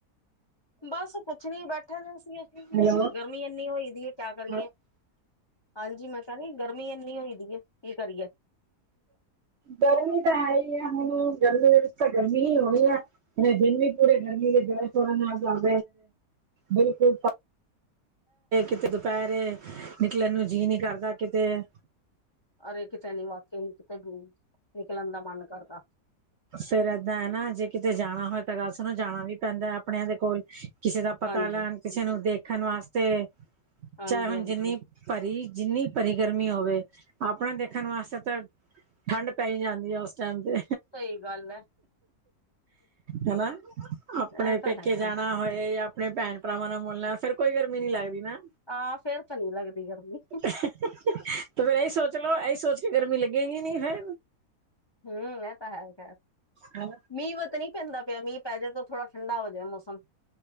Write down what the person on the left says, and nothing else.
ਬਸ ਕੁਛ ਨੀ ਬੈਠੇ, ਬੈਠੇ ਦੇ ਸੀ ਅਸੀਂ ਵੀ
ਗ ਮੀ ਇੰਨੀ ਹੋਈ ਦੀ ਹੈ, ਕਿਆ ਕਰੀਏ
ਹਾਂਜੀ ਮੈਂ ਸੀ ਗਰਮੀ ਇੰਨੀ ਹੋਈਦੀ ਹੈ, ਕੀ ਕਰੀਏ
ਅਰੇ ਕਿਤੇੇ ਨੀ ਵਾਕਿਆ ਨ ਕਿਤੇ ਨਿਕਲਣ ਦਾ ਮਨ ਕਰਦਾ
ਹਾਂਜੀ
ਹਾਂਜੀ
ਹਾਂਜੀ
ਸਹੀ ਗੱਲ ਹੈ
ਇਹ ਤਾਂ
ਹੈਗਾ
ਆਹ ਫੇਰ ਤਾਂ ਨੀ ਲੱਗਦੀ ਗਰਮੀ
ਹਮ ਇਹ ਤਾਂ ਹੈਗਾ
ਮੀਂਹ ਤਾਂ ਨ ਨਹੀਂ ਪੈਂਦਾ ਪਿਆ ਮੀਂਹ ਪੈ ਜਾਏ ਤਾਂ ਥੋੜਾ ਠੰਡਾ ਜਾਏ ਮੌਸਮ